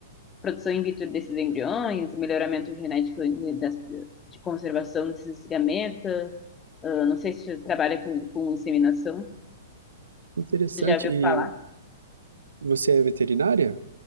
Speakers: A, on the left (about 20°); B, on the right (about 75°).
A: produção in vitro desses embriões, melhoramento genético de, das, de conservação desses gametas. Ah, não sei se você trabalha com, com inseminação.
B: que interessante.
A: Você já ouviu
B: E
A: falar?
B: você é veterinária?